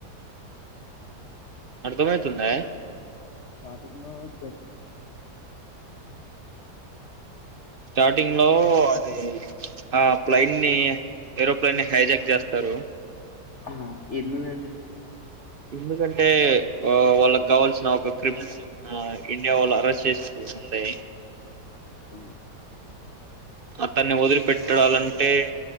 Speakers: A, on the right (about 50°); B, on the left (about 45°).
A: అర్థంమవుతుందా
B: స్టార్టింగ్లో జడ్
A: స్టార్టింగ్ లో అది ఆ ప్లైన్ ని ఏరోప్లెన్ ని హైజాక్ చేస్త ఇస్తారు
B: ఆమ్మో ఎందుకండి
A: ఎందుకంటే వ వాళ్ళకు కావాల్సిన ఒక క్రిమినల్ ఇండియా వాళ్ళు అరెస్ట్ చేస్ ఉంది
B: ఆ
A: అతన్ని వదిలిపెట్టాలంటే